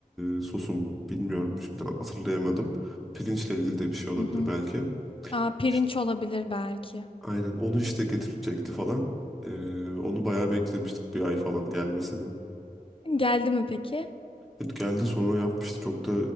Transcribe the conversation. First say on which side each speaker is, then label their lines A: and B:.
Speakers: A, in the centre; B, on the left.
A: e, sosu mu? Bilmiyorum. Şimdi hatırlayamadım. Pirinçle ilgili de bir şey olabilir
B: Hı hı.
A: belki.
B: Aa, pirinç
A: İşte,
B: olabilir belki.
A: aynen onu işte getirecekti falan. Ee, onu bayağı beklemiştik bir ay falan gelmesini.
B: Geldi mi peki?
A: Evet, geldi sonra yapmıştı. Çok da